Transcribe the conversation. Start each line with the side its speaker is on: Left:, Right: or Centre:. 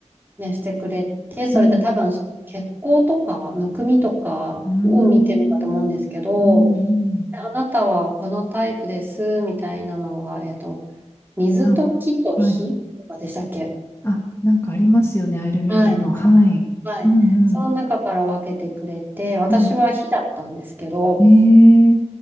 Right: ね、してくれて、それで多分、
Left: うん、
Right: その血行とか、むくみとかを見てるんだと思うんですけど、
Left: うーん、うん、うん。
Right: あなたはこのタイプです、みたいなのが、えっと、水と木と火とかでしたっけ
Left: あ、はい。あ、なんかありますよね、アイルベーダの。
Right: はい。かはい。
Left: はい、うん、
Right: その中から分けてくれて、
Left: うん、
Right: 私は火だったんですけど、
Left: はい。へえ、